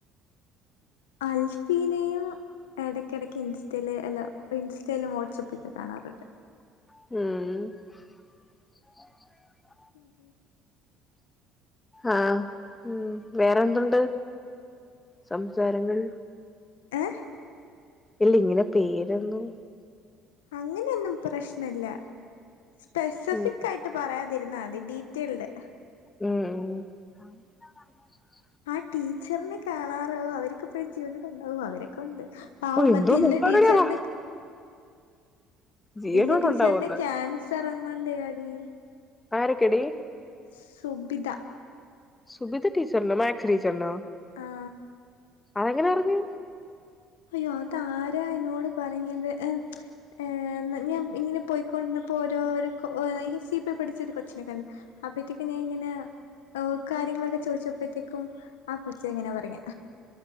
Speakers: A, on the left; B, on the left.
A: അൽഫിനെയ? ഇടയ്ക്ക ഇടക്ക് ഇൻസ്റ്റൽ അല്ലോ ഇൻസ്റ്റയിലൽ വാട്സപ്പ് ലോ കാണാറുണ്ട്.
B: ഉം.
A: തിരി രി.
B: ആഹ, ഉ വേറെന്തുണ്ട്? സംസാരങ്ങൾ?
A: ഏഹ?
B: ഇല്ല ഇങ്ങനെ പേരന്നു?
A: അങ്ങനെയൊന്നും പ്രശ്നല്ല സ്പെസിഫിക്
B: ഉം
A: ആയിട്ട് പറയാതിരുന്നതി. ഡീറ്റെയിൽഡ്.
B: ഉം ഉ..
A: ആ ടീച്ചറിനെ കാണാറാവോ? അവർക്കെപ്പോഴും ജീവനൊക്ക ഉണ്ടാവുമോ? അവരൊക്കെ ഉണ്ട്. ആ്
B: ഓ എന്തോ
A: മറ്റ ഇല്ല
B: സംസാരടിയാവാ
A: ടീച്ചർന്
B: ജീവനോടെ
A: ഇല്ല ടീച്ചറിന്
B: ഉണ്ടാവോന്ന്
A: ക്യാൻസർങ്ങാണ്ടേ ആ ടീ
B: ആരക്കെടി?
A: സുബിധ.
B: സുബിത ടീച്ചർനോ മാക്സ് ടീച്ചർ നോ?
A: ആഹ..
B: അതെങ്ങനാറ്ഞ്ഞ്
A: അയ്യോ അത ആരാ എന്നോട് പറഞ്ഞത്? ഏ ഞാൻ ഇങ്ങനെ പോയിക്കൊണ്ടപ്പോ ഓരോ നയൻ ഈ സി പി പഠിച്ച ഒരു കൊച്ചിനെ കണ് അപ്പത്തേക്ക് ഞാൻ ഇങ്ങനെ? കാര്യങ്ങളൊക്കെ ചോദിച്ചപ്പോഴത്തേക്കും ആ കൊച്ച ഇങ്ങനെ പറഞ്ഞെ.